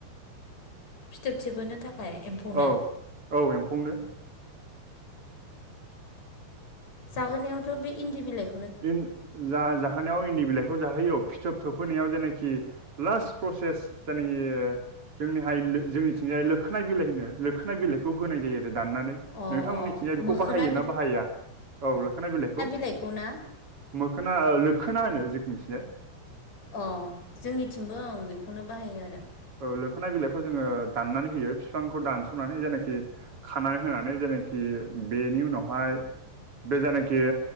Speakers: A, on the left; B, on the right.
A: फिथोब थोबहोनो थाखाय एम्फौनो?
B: औ औ एम्फौनो।
A: जाहोनायावथ' बे इन्दि बिलाइ
B: सिम जा-जाहोनायाव इन्दि बिलाइखौ जाहोयो फिथोब थोबफैनायाव जेनाखि लास्ट प्रसेस जायनाखि जोंनिहाय लो जोंनिथिंजाय लोखोना बिलाइ होनो लोखोना बिलाइखौ होनाय जायो आरो दाननानै।
A: अ
B: नोंथांमोननिथिंजाय
A: अ
B: बेखौ
A: मोखोना
B: बाहायो ना बाहाया औ लोखाना बिलाइखौ?
A: बिलाइखौना?
B: मोखोना लोखोना होनो जोंनिथिंजाय।
A: अ जोंनिथिंबो ओं बेखौनो बाहायो आरो।
B: औ लोखोना बिलाइखौ जोङो दाननानै होयो। बिफांखौ दानस'नानै जायनाखि खानानै होनानै जेनाखि बेनि उनावहाय बे जायनाखि